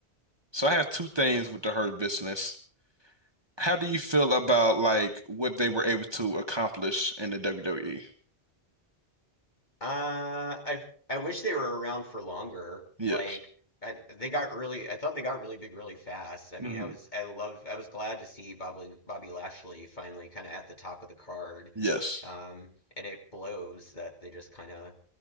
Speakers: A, on the right (about 25°); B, on the left (about 40°).
A: so I have two things with the Hurt Business. How do you feel about like what they were able to accomplish in the WWE?
B: Uh, I I wish they were around for longer.
A: Yes.
B: Like I, they got really, I thought they got really big really fast. I mean,
A: hmm
B: I was I love I was glad to see Bobby Bobby Lashley finally kind of at the top of the card.
A: Yes.
B: Um, and it blows that they just kind of